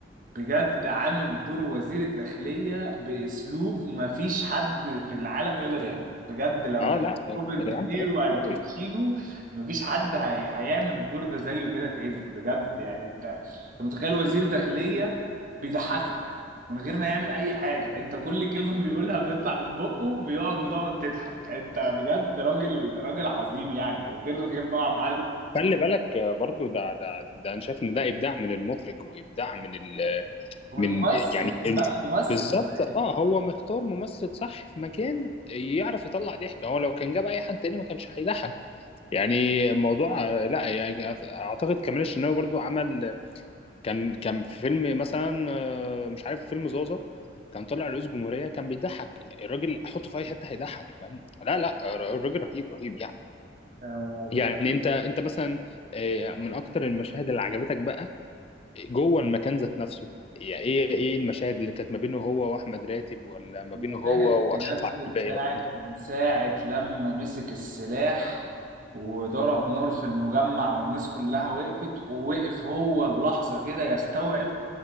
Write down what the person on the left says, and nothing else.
اه
لا يا
جدعان كمان
ناوي
خلي بالك آه، برضو ده ده ده انا شايف ان ده ابداع من المخرج وابداع من ال
من
يعني ال-
بالظبط
اه هو مختار ممثل صح في مكان يعرف يطلع ضحك هو لو كان جاب اي حد تاني ما كانش هيضحك يعني الموضوع آه، لا يعني اعتقد كمال الشناوي برضو عمل كان كان في فيلم مثلا آه، مش عارف فيلم زازا كان طلع رئيس جمهورية كان بيضحك يعني الراجل حطه في اي حتة هيضحك فاهم لا لا الراجل رهيب رهيب يعني
يعني
انت انت مثلا آه، من اكتر المشاهد اللي عجبتك بقى جوه المكان ذات نفسه يعني ايه ايه المشاهد اللي كانت ما بينه هو واحمد راتب ولا ما
بينه هو
واشرف عبد
الباقي ولا مين